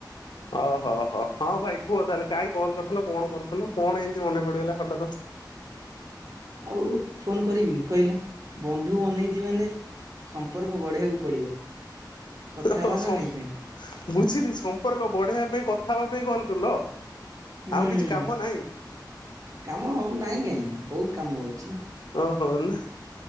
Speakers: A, on the left (about 75°); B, on the right (about 50°).
A: ଓହୋହୋ ହଁ ଭାଇ କୁହ ତାହେଲେ କାହିଁ କଲ୍ କରିଥିଲ କଣ କରୁଥିଲ କଣ ଏମିତି ମନେ ପଡିଗଲା ହଠାତ୍।
B: ଆଉ ଫୋନ କରିବିନି କହିଲ ବନ୍ଧୁ ବନେଇଛି ମାନେ। ସମ୍ପର୍କ ବଢେଇବାକୁ ପଡିବ। କଥା
A: ବୁଝିଲି
B: ହବା ନା ନାଇଁ
A: ସମ୍ପ-
B: ଫେଣି
A: ସମ୍ପର୍କ ବଢେଇବା ପାଇଁ କଥା ହେବା ପାଇଁ କଲ୍ କଲ।
B: ହୁଁ
A: ଆଉ କିଛି କାମ ନାହିଁ?
B: କାମ ହବ ନାଇଁ କାହିଁ ବହୁତ କାମ ହଉଛି।
A: ଓହୋ ନା